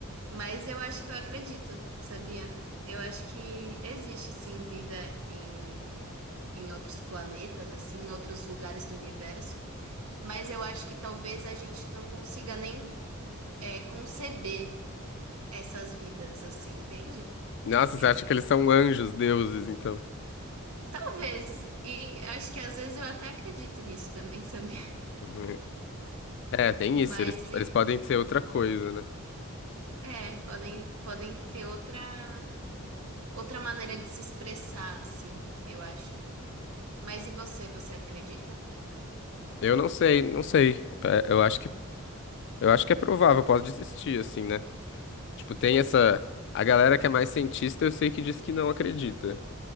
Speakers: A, on the right; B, on the left.
A: Mas eu acho que eu acredito, sabia? Eu acho que existe sim vida em em outros planetas, assim, em outros lugares do universo. Mas eu acho que talvez a gente não consiga nem é, conceber essas vidas, assim, entende?
B: Nossa,
A: É,
B: você acha que eles são anjos, deuses, então?
A: talvez, e acho que às vezes eu até acredito nisso também, <laughs> sabia?
B: <laughs> É, tem
A: Mas
B: isso. Eles,
A: se-
B: eles podem ser outra coisa, né?
A: é, podem, podem ter outra, outra maneira de se expressar, assim, eu acho. Mas e você, você acredita?
B: Eu não sei, não sei. É, eu acho que, eu acho que é provável. Posso desistir, assim, né? Tipo, tem essa... A galera que é mais cientista, eu sei que diz que não acredita.